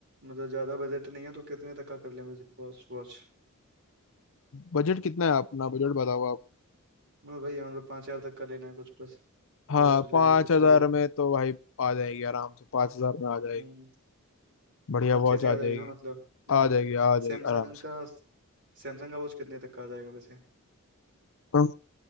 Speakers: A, on the right; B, on the left.
A: मतलब ज्यादा बजट नहीं है तो कितने तक का कर लें बस वॉच वॉच
B: बजट कितना है अपना बजट बताओ आप
A: मतलब भाई मतलब पाँच हजार तक का लेना है कुछ बस
B: हाँ
A: वॉच ले
B: पाँच
A: लो कुछ
B: हजार
A: भी ले लो
B: में तो भाई आ जाएगी आराम से पाँच हजार में आ जाएगी
A: हम्म।
B: बढ़िया
A: अच्छी
B: वॉच
A: सी
B: आ
A: आ
B: जाएगी
A: जाएगी ना मतलब हम्म
B: आ जाएगी आ जाएगी
A: सैमसंग
B: आराम से
A: का सैमसंग का वॉच कितने तक का आ जाएगा वैसे
B: अम,